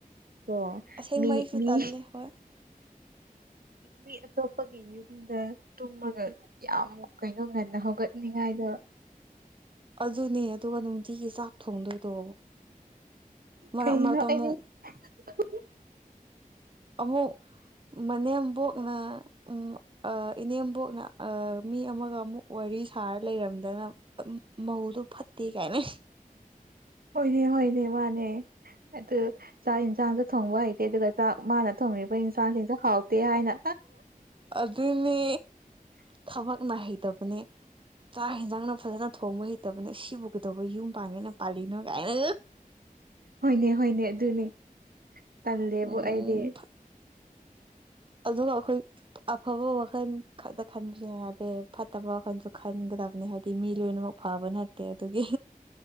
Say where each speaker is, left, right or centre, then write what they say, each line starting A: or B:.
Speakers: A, on the right; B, on the right.
A: ꯑꯣ
B: ꯑꯁꯦꯡꯕ
A: ꯃꯤ
B: ꯑꯩꯁꯨ
A: ꯃꯤ
B: ꯇꯜꯂꯦ ꯍꯣꯏ
A: ꯃꯤ ꯑꯇꯣꯞꯄꯒꯤ ꯌꯨꯝꯗ ꯇꯨꯝꯑꯒ ꯌꯥꯝ ꯀꯩꯅꯣ ꯉꯟꯅ ꯍꯧꯒꯠꯅꯤꯡꯉꯥꯏꯗꯣ꯫
B: ꯑꯗꯨꯅꯤ ꯑꯗꯨꯒ ꯅꯨꯡꯇꯤꯒꯤ ꯆꯥꯛ ꯊꯣꯡꯗꯣꯏꯗꯣ ꯃꯔꯛ
A: ꯀꯩꯅꯣ
B: ꯃꯔꯛꯇ ꯑꯃꯨꯛ
A: ꯑꯩꯗꯤ <unintelligible>
B: ꯑꯃꯨꯛ ꯃꯅꯦꯝꯕꫭꯛꯅ ꯎꯝ ꯑ ꯏꯅꯦꯝꯕꯣꯛꯅ ꯑ ꯃꯤ ꯑꯃꯒ ꯑꯃꯨꯛ ꯋꯥꯔꯤ ꯁꯥꯔ ꯂꯩꯔꯝꯗꯅ ꯃꯧꯗꯨ ꯐꯠ ꯇꯦ ꯀꯥꯏꯅ
A: ꯍꫭꯏꯅꯦ-ꯍꫭꯏꯅꯦ ꯃꯥꯅꯦ꯫ ꯑꯗꯨ ꯆꯥꯛ ꯍꯤꯟꯁꯥꯡꯁꯨ ꯊꯣꯡꯕ ꯍꯩꯇꯦ ꯑꯗꯨꯒ ꯆꯥꯛ ꯃꯥꯅ ꯊꯣꯡꯔꯤꯕ ꯏꯟꯁꯥꯡꯁꯤꯡꯁꯨ ꯍꯥꯎꯇꯦ ꯍꯥꯏꯅ
B: ꯑꯗꯨꯅꯦ ꯊꯕꯛ ꯅꯥꯍꯩꯗꯕꯅꯦ꯫ ꯆꯥꯛ ꯌꯦꯟꯖꯥꯡꯅ ꯐꯖꯅ ꯊꯣꯡꯕ ꯍꯩꯇꯕꯅꯦ ꯁꯤꯕꯨ ꯀꯩꯗꯧꯕ ꯌꯨꯝ ꯄꯥꯟꯒꯦꯅ ꯄꯥꯜꯂꯤꯅꯣ ꯀꯥꯏꯅ
A: ꯍꯣꯏꯅꯦ-ꯍꯣꯏꯅꯦ ꯑꯗꯨꯅꯤ꯫ ꯇꯜꯂꯦꯕꯨ
B: ꯎꯝ
A: ꯑꯩꯗꯤ꯫
B: ꯑꯗꯨꯒ ꯑꯩꯈꯣꯏ ꯑꯐꯕ ꯋꯥꯈꯜ ꯈꯛꯇ ꯈꯟꯕꯁꯨ ꯌꯥꯗꯦ ꯐꯠꯇꯕ ꯋꯥꯈꯞꯁꯨ ꯈ ꯈꯟꯒꯗꯕꯅꯤ ꯍꯥꯏꯗꯤ ꯃꯤ ꯂꯣꯏꯅꯃꯛ ꯐꯕ ꯅꯠꯇꯦ ꯑꯗꯨꯒꯤ꯫